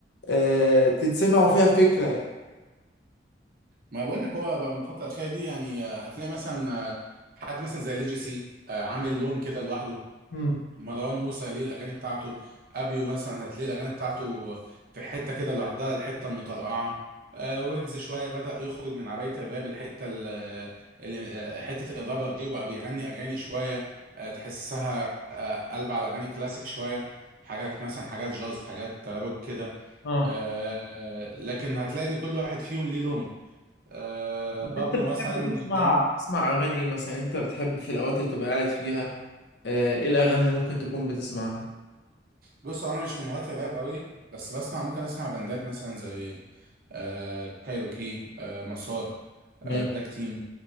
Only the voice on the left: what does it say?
آه، تتسمع وفيها فكرة يعني
امم
اه
انت
بتحب
تسمع
تسمع اغاني ايه مثلا انت بتحب في الاوقات اللي تبقى قاعد فيها آه، ايه الاغاني اللي ممكن تكون بتسمعها
ماشي